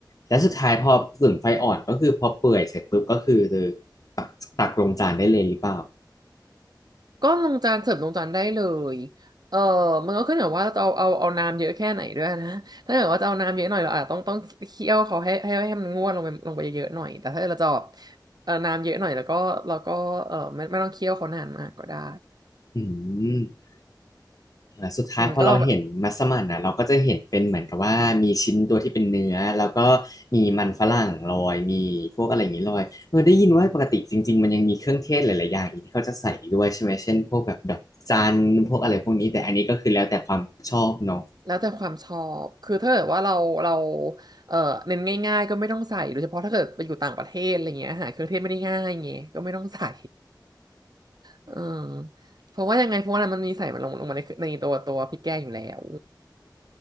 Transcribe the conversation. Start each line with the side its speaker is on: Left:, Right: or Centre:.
Left: แล้วสุดท้ายพอตุ๋นไฟอ่อนก็คือพอเปื่อยเสร็จปุ๊บก็คือตักตักลงจานได้เลยหรือเปล่า
Right: ก็ลงจานเสิร์ฟลงจานได้เลยเออมันก็ขึ้นอยู่ว่าจะเอาเอาเอาน้ำเยอะแค่ไหนด้วยนะถ้าเกิดว่าจะเอาน้ำเยอะหน่อยเราอาจจะต้องต้องเคี่ยวเขาให้ให้ให้มันงวดลงไปลงไปเยอะๆหน่อยแต่ถ้าเราจะแบบเออน้ำเยอะหน่อยแล้วก็เราก็เออไม่ไม่ต้องเคี่ยวเขานานมากก็ได้
Left: อืมอ่าสุดท้ายพอเราเห็นมัสมั่นนะเราก็จะเห็นเป็นเหมือนกับว่ามีชิ้นตัวที่เป็นเนื้อแล้วก็มีมันฝรั่งลอยมีพวกอะไรอย่างนี้ลอยเออได้ยินว่าปกติจริงๆมันยังมีเครื่องเทศหลายๆอย่างอีกที่เขาจะใส่อีกด้วยใช่ไหมเช่นพวกแบบดอกจันพวกอะไรพวกนี้แต่อันนี้ก็คือแล้วแต่ความชอบเนาะ
Right: อืมก็ลองแบบแล้วแต่ความชอบคือถ้าเกิดว่าเราเราเออเน้นง่ายๆก็ไม่ต้องใส่โดยเฉพาะถ้าเกิดไปอยู่ต่างประเทศอะไรเงี้ยอาหารเครื่องเทศไม่ได้ง่ายไงก็ไม่ต้องใส่ เออเพราะว่ายังไงเพราะว่ามันมีใส่มันลงลงมาในในตัวตัวพริกแกงอยู่แล้ว